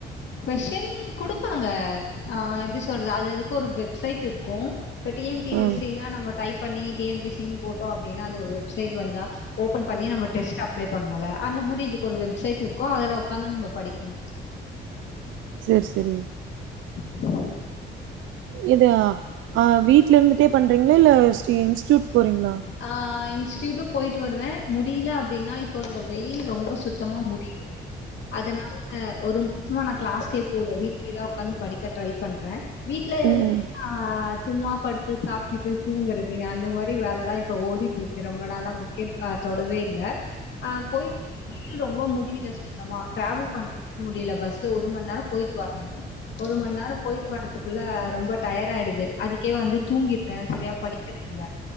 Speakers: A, on the left; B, on the right.
A: கொஸின் குடுப்பாங்க ஆ எப்டி சொல்றது அது அதுக்கு ஒரு வெப்சைட் இருக்கு இப்போ டிஎன்பி
B: ஆ
A: சின்னா நம்ம டைப் பண்ணி டிஎன்பிசின்னு போட்டா அப்டின்னு ஒரு வெப்சைட் வந்தா ஓபன் பண்ணி நம்ம டெஸ்ட் அப்ளை பண்ணுவோல அந்த மாரி இதுக்கு ஒரு வெப்சைட் இருக்கு அதுல உக்காந்து நம்ம படிக்கணு
B: சேர் செரி
A: <inaudible>
B: இது அ வீட்ல இருந்துட்டே பண்றீங்களா இல்ல இன்ஸ்டூட் போறீங்ளா
A: அ இன்ஸ்டியூட்டும் போயிட்டு வருவேன் முடியல அப்டின்னா இப்போ இந்த வெயில் ரொம்ப சுத்தமா முடி அதனால ஒரு மாசமா நான் கிளாஸ்கே போல வீட்லயே தான் உக்காந்து படிக்க ட்ரை பண்றேன் வீட்ல இருந்துட்டு
B: ம்
A: நா சும்மா படிச்சு ட்டு சாப்டுட்டு தூங்கறது அந்த மாரி வேலைதான் இப்ப ஓடிட்டு இருக்கு ரொம்ப நாளா புக்கே தொடவே இல்ல அ போயிட் வெயில் ரொம்ப முடியல சுத்தமா டிராவல் பண்றதுக்கு முடியல பஸ்ல ஒரு மணி நேரம் போயிட்டு வரணும் ஒரு மணி நேரோம் போயிட்டு வர்றதுக்குள்ள ரொம்ப டயர்ட ஆயிடுது அதுக்கே வந்து தூங்கிடுறேன் சரியா படிக்கிறது இல்ல